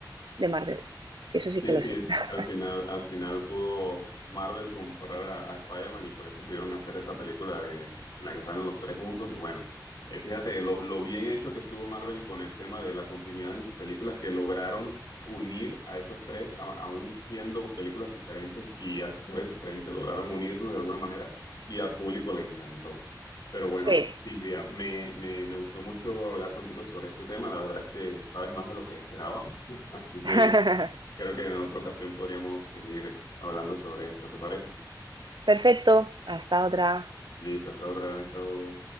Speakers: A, on the right; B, on the left.
A: de Marvel, que eso sí
B: Sí,
A: que lo
B: sí,
A: sé. <laughs>
B: al final, al final pudo Marvel comprar a, a Spider-Man y por eso pudieron hacer esa película de en la que salen los tres juntos. Y bueno, eh, fíjate lo, lo bien hecho que estuvo Marvel con el tema de la continuidad en sus películas, que lograron unir a esos tres, a- aún siendo películas diferentes y actores diferentes, lograron unirlos de alguna manera y al público le encantó. Pero bueno,
A: Sí.
B: Silvia, me, me, me gustó mucho hablar contigo sobre este tema. La verdad es que sabes más de lo que esperaba. <laughs> Así que.
A: <laughs>
B: Creo que en otra ocasión podríamos seguir hablando sobre esto, ¿te parece?
A: Perfecto, hasta otra.
B: Listo, hasta otra, chao.